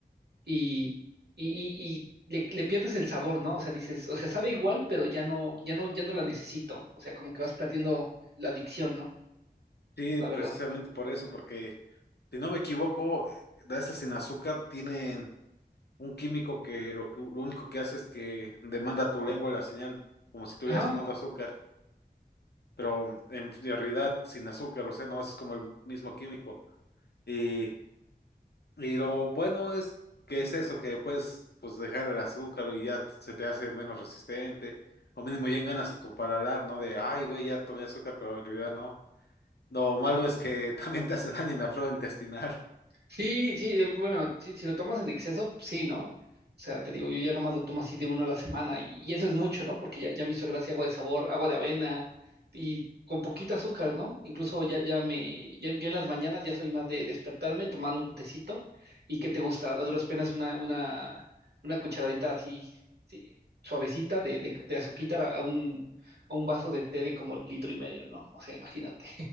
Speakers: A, on the right; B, on the left.
A: Y, y, y, y le, le pierdes el sabor, ¿no? O sea, dices, o sea, sabe igual, pero ya no, ya no, ya no la necesito. O sea, como que vas perdiendo la adicción, ¿no?
B: Sí,
A: La
B: precisamente
A: verdad.
B: por eso, porque si no me equivoco, eh, de esas sin azúcar tienen un químico que lo, que lo único que hace es que demanda a tu lengua la señal, como si estuvieras
A: Ajá,
B: tomando azúcar, pero en realidad sin azúcar, o sea, no es como el mismo químico. Y, y lo bueno es que es eso, que puedes pues dejar el azúcar y ya se te hace menos resistente, o mínimo ya ganas a tu paladar, ¿no? De, ay, güey, ya tomé azúcar, pero en realidad no. Lo malo es que <laughs> también te hace daño en la flora intestinal.
A: Sí, sí, eh, bueno, si, si lo tomas en exceso, sí, ¿no? O sea, te digo, yo ya nomás lo tomo así de uno a la semana y, y eso es mucho, ¿no? Porque ya, ya me hizo gracia agua de sabor, agua de avena y con poquito azúcar, ¿no? Incluso ya, ya me, ya, yo en las mañanas ya soy más de despertarme, tomar un tecito y ¿qué te gusta? A duras penas una, una, una cucharadita así, sí, suavecita de, de, de azuquita a un, a un vaso de té de como litro y medio, ¿no? O sea, imagínate.